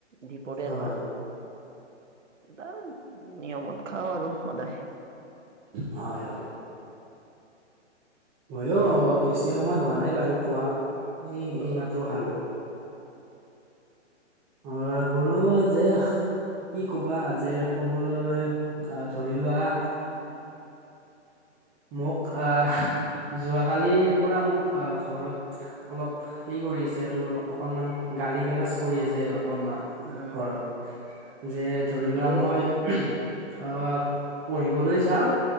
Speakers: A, on the right; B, on the right.
A: দুপৰীয়ৰ
B: হয়
A: ভাত। এটা নিয়মত খাওঁ আৰু সদায়।
B: হয়, হয়। ময়ো বেছি সময় হোৱা নাই বাৰু খোৱা। এই,
A: অ',
B: এইমাত্ৰ ভালো। অ, বোলো যে কি কবা যে কবলৈ আহ ধৰি লোৱা। মোক, আহ। যোৱ কালিৰ পৰা মোক অ, ঘৰত অলপ হে কৰি আছে আৰু অল অকনমান গালি, গালাজ কৰি আছে অলপ। অকনমান
A: উম
B: ঘৰত যে ধৰি লোৱা
A: ইও
B: মই। অ, পঢ়িবলৈ যাওঁ।